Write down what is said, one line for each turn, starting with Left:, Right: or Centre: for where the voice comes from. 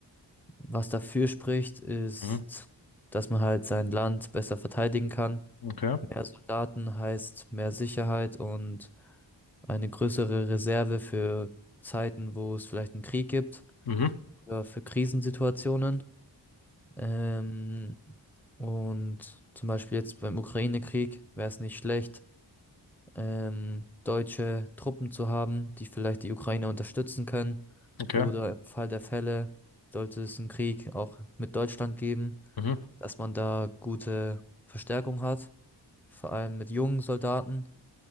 Centre: was dafür spricht, ist,
Left: Mhm.
Centre: dass man halt sein Land besser verteidigen kann
Left: Okay.
Centre: Mehr Soldaten heißt mehr Sicherheit und eine größere Reserve für Zeiten, wo es vielleicht einen Krieg gibt
Left: Mhm.
Centre: oder für Krisensituationen. Ähm, und zum Beispiel jetzt beim Ukraine-Krieg wäre es nicht schlecht, ähm, deutsche Truppen zu haben, die vielleicht die Ukraine unterstützen können.
Left: Okay.
Centre: Oder im Fall der Fälle sollte es einen Krieg auch mit Deutschland geben,
Left: Mhm.
Centre: dass man da gute Verstärkung hat, vor allem mit jungen Soldaten